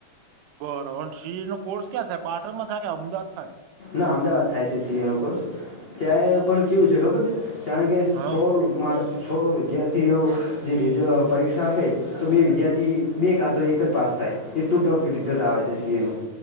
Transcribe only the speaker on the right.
બરોબર સી. એ નો કોર્સ ક્યાં થાય પાટણમાં થાય કે અમદાવાદ થાય.
હા